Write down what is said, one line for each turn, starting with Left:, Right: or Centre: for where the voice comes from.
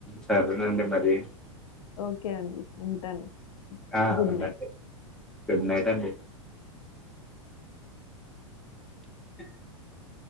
Centre: సరేనండి మరీ
Left: ఓకే అండి ఉంటాను
Centre: ఆ
Left: గుడ్
Centre: ఉండండి
Left: నైట్.
Centre: గుడ్ నైట్ అండి <inaudible>